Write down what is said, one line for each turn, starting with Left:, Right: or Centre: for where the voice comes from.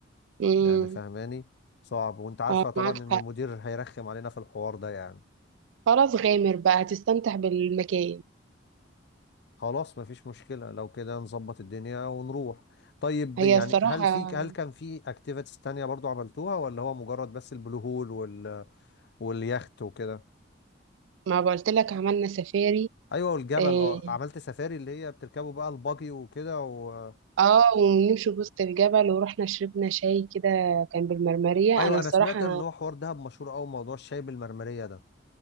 Right: امم
Left: يعني فهماني صعب وانت عارفة
Right: اه
Left: طبعا
Right: معاك
Left: ان
Right: حق
Left: المدير هيرخم علينا في الحوار ده يعني
Right: خلاص غامر بقى هتستمتع بالمكان
Left: خلاص مفيش مشكلة لو كده نظبط الدنيا ونروح طيب
Right: هي
Left: يعني
Right: الصراحه
Left: هل في هل كان في اكتيفيتيز تانية برضو عملتوها ولا هو مجرد بس البلو هول وال... واليخت وكده
Right: ما قلت لك عملنا سفاري
Left: ايوه والجبل
Right: آه،
Left: اه عملت سفاري اللي هي بتركبوا بقى البuggy وكده و...
Right: اه ونمشي في وسط الجبل ورحنا شربنا شاي كده كان بالمرمرية
Left: ايوه
Right: انا الصراحة
Left: انا سمعت ان هو حوار دهب مشهور قوي موضوع الشاي بالمرمرية ده